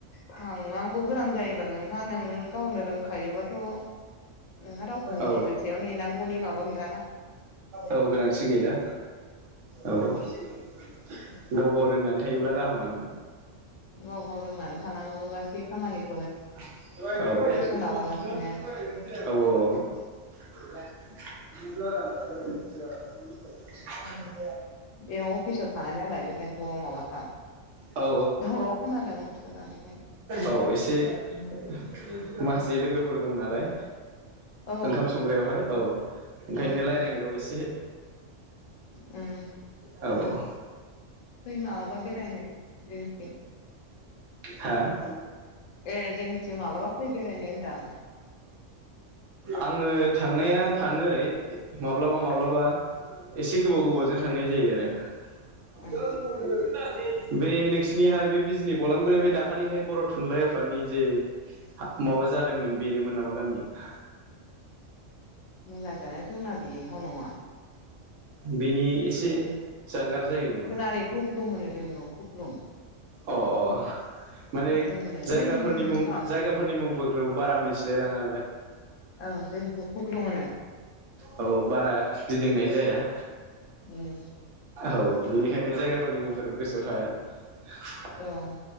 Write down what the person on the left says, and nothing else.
थांनांगौ गोनां जायोबा नोंहा नों गावनो रोंखायोबाथ' नोंहा रावखौनिबो
सायाव नेनांगौनि माबा गैलाना
गाव गाव रोंनानै थानांगौ गासै खामानि
सोनाबालासिनो
बेयाव अफिसाव थानाय नालाय बेखायनोथ' माबाथार
दराव खोनादों अफिसाव थानायखाय
औ
उम
उम
उम
फै मालाबा बेरायनो जोंथिं
ए जोंथिं मालाबा फै बेरायनो होनदां
उम
उम
जों
मेला जानाया जोंना बेहाव नङा
औ
जोंना ओरै खुख्लुं होनो जोंनिखौ खुख्लुं
खुख्लुं होनो
बै
माबा
औ जोंनिखौ खुख्लु होनो
उम
औ